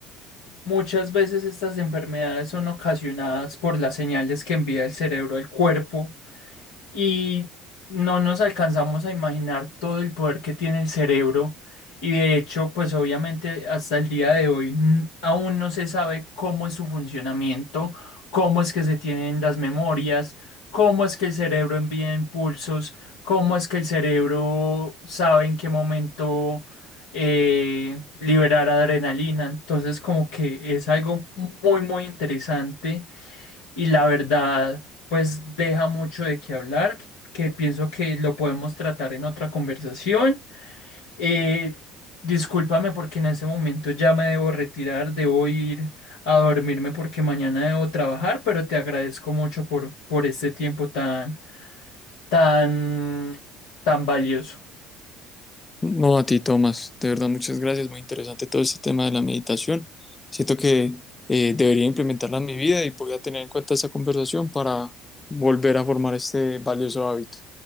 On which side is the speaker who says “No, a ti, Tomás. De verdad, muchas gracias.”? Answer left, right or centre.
Left